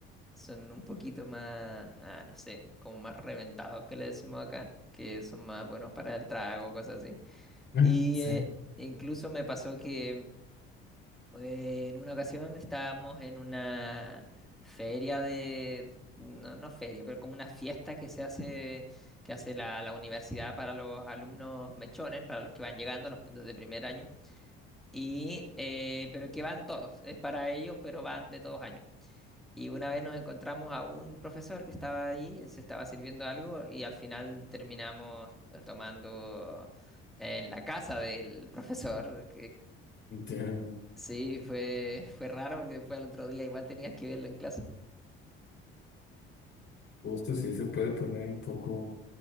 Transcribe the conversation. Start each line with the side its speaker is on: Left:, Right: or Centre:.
Centre: son un poquito más, ah, no sé, como más reventados que le decimos acá, que son más buenos para el trago, cosas así.
Left: Ah,
Centre: Y
Left: sí,
Centre: eh, incluso me pasó que eh, en una ocasión estábamos en una feria de, no, no feria, pero como una fiesta que se hace, que hace la, la universidad para los alumnos mechones, para los que van llegando, los, los de primer año. Y, eh, pero que van todos, es para ellos, pero van de todos años. Y una vez nos encontramos a un profesor que estaba ahí, él se estaba sirviendo algo y al final terminamos eh, tomando en la casa del profesor.
Left: entiendo.
Centre: Sí, fue, fue raro porque fue al otro día, igual tenías que verlo en clase.
Left: Justo sí se puede poner un poco